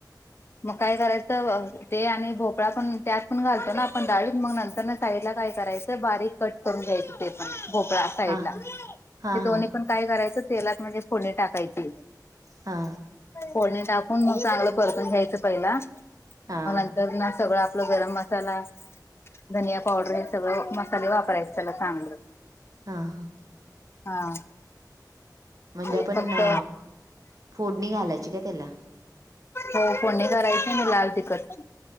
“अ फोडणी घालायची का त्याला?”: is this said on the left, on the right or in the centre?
Right